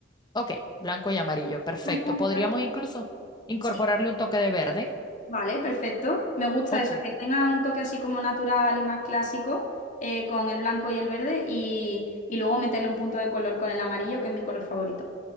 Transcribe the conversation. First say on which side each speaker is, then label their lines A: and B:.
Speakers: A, on the left; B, on the left.
A: Ok, blanco y amarillo, perfecto.
B: Al punto.
A: Podríamos incluso incorporarle
B: Sí.
A: un toque de verde.
B: Vale, perfecto. Me gusta
A: Ok.
B: eso, que tenga un toque así como natural y más clásico eh, con el blanco y el verde y, y luego meterle un punto de color con el amarillo, que es mi color favorito.